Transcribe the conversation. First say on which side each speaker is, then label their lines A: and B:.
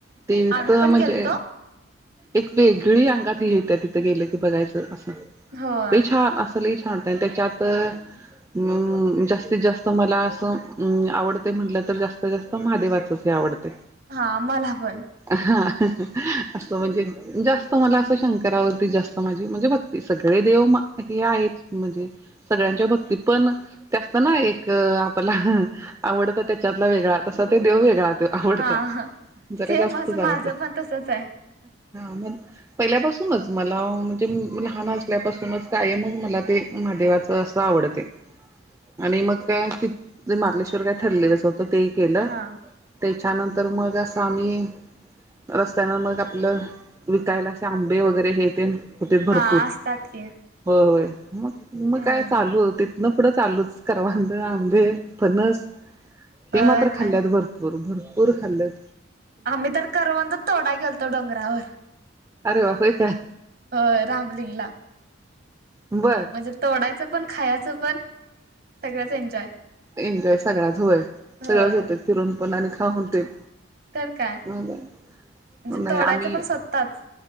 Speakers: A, on the right; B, on the right.
A: ते
B: आम्ही
A: तर
B: पण
A: म्हणजे
B: गेलतो
A: एक वेगळी अंगात हे येत्या्या तिथं गेलं की बघायचं असं,
B: होय
A: ते छान अस लई छान त्याच्यात अं जास्तीत जास्त मला असं आवडते म्हटलं तर जास्तीत जास्त महादेवाचच हे आवडतय.
B: हा मला पण.
A: हा असं म्हणजे जास्त मला असं शंकरावरती जास्त माझी म्हणजे भक ते सगळे देव म हे आहेत म्हणजे सगळ्यांच्या भक्तीत पण, ते असत ना एक आपला, आवडत त्याच्यातला वेगळा तसा ते देव वेगळा. आवडता,
B: हा हा
A: जरा
B: सेम
A: जास्तच
B: असं माझं
A: आवडता,
B: पण तसच आहे.
A: म पहिल्यापासूनच मला म्हणजे लहान असल्यापासूनच कायम मला ते महादेवाचं असं आवडतय. आणि मग काय ते, मारलेश्वर काय ठरलेलंच होतं ते केलं.
B: हा
A: त्याच्यानंतर मग अस आम्ही रस्त्यानं मग आपलं, विकायला असे आंबे वगैरे हेे तेन. होतीत भरपूर,
B: हा असतात की
A: होय मग म
B: हम्म
A: काय चालू होती तीतन पुढं चालूच, करवंद, आंबे, फनस, हे
B: होय
A: मात्र खाल्ल्यात
B: काय
A: भर पोर भरपूर खाल्यात.
B: आम्ही तर करवंद तोडाय गेलतो डोगरावर.
A: अरे वा! होय काय.
B: होय रामलीगला.
A: बरं.
B: म्हणजे तोडायचं पण खायचं पण. सगळंच एन्जॉय
A: एन्जॉय सगळंच होय,
B: होय
A: सगळच होते फिरून पण आणि खाऊन तेन.
B: तर काय
A: मग,
B: म्हणजे
A: नाही
B: तोडायचं
A: आम्ही
B: पण स्वतःच